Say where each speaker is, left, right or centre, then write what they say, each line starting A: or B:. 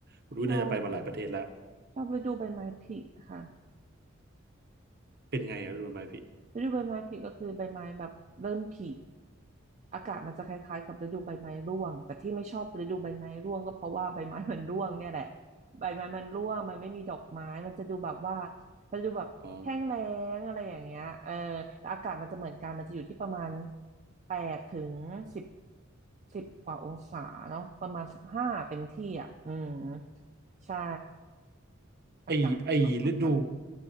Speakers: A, on the right; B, on the right.
A: คุณอุ้ยน่าจะไปมาหลายประเทศแล้ว
B: ชอบชอบฤดูใบไม้ผลิค่ะ
A: เป็นไงอะฤดูใบไม้ผลิ
B: ฤดูใบไม้ผลิก็คือใบไม้แบบเริ่มผลิอากาศมันจะคล้ายๆกับฤดูใบไม้ร่วงแต่ที่ไม่ชอบฤดูใบไม้ร่วงก็เพราะว่าใบไม้มันร่วงเนี่ยแหละใบไม้มันร่วงมันไม่มีดอกไม้มันจะดูแบบว่ามันจะดูแบบแห้งแล้งอะไรอย่างเงี้ยเออแต่อากาศมันจะเหมือนกันมันจะอยู่ที่ประมาณ
A: อ๋อ
B: แปดถึงสิบสิบกว่าองศาเนาะประมาณสิบห้าเต็มที่อ่ะอืมใช่อากาศพอๆกัน
A: ไอไอฤดู